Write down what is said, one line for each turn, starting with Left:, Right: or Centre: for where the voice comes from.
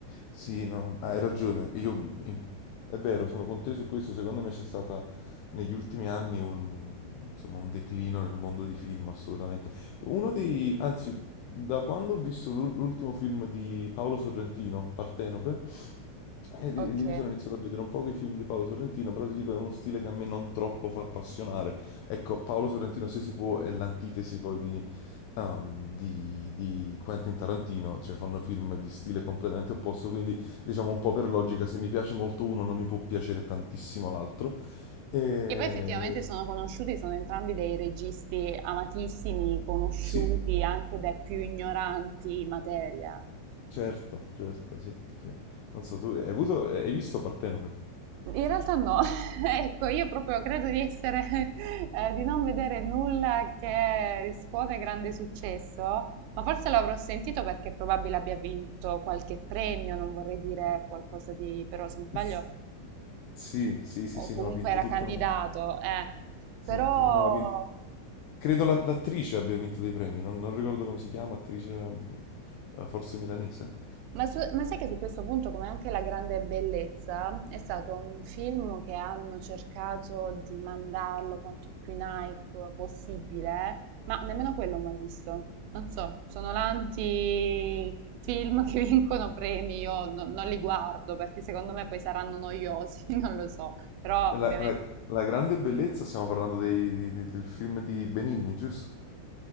Left: Sì, no, hai ragione. Io, in- è vero, sono con te su questo. Secondo me c'è stata negli ultimi anni un, insomma, un declino nel mondo dei film, assolutamente. Uno dei, anzi, da quando ho visto l'ul- l'ultimo film di Paolo Sorrentino, Partenope, e lì
Right: Ok.
Left: lì mi sono iniziato a vedere un po' i film di Paolo Sorrentino, però ti dico, è uno stile che a me non troppo fa appassionare. Ecco, Paolo Sorrentino, se si può, è l'antitesi poi di ehm, di, di Quentin Tarantino, cioè fanno film di stile completamente opposto, quindi diciamo un po' per logica, se mi piace molto uno non mi può piacere tantissimo l'altro. E...
Right: Che poi effettivamente sono conosciuti, sono entrambi dei registi amatissimi, conosciuti
Left: Sì,
Right: anche dai più ignoranti in materia.
Left: certo, certo, sì, sì. Non so, tu hai avuto, hai visto Partenope?
Right: In realtà no, <laughs> ecco, io proprio credo di essere, <laughs> eh, di non vedere nulla che scuote grande successo, ma forse l'avrò sentito perché probabile abbia vinto qualche premio, non vorrei dire qualcosa di, però se non sbaglio,
Left: S- Sì, sì, sì,
Right: o
Left: sì,
Right: comunque
Left: no, ha vinto
Right: era
Left: tutta
Right: candidato,
Left: una...
Right: eh.
Left: Sì,
Right: Però
Left: sì, no, ha vinto... Credo la- l'attrice abbia vinto dei premi, non, non ricordo come si chiama, attrice mm, eh, forse milanese.
Right: Ma, su- ma sai che su questo punto, come anche La Grande Bellezza, è stato un film che hanno cercato di mandarlo quanto più in hype possibile, ma nemmeno quello ho mai visto. Non so, sono l'anti-film che <laughs> vincono premi, io no- non li guardo perché secondo me poi saranno noiosi, <laughs> non lo so, però
Left: La,
Right: ovviamente.
Left: la- la grande bellezza, stiamo parlando dei- di- di- del film di Benigni, giusto?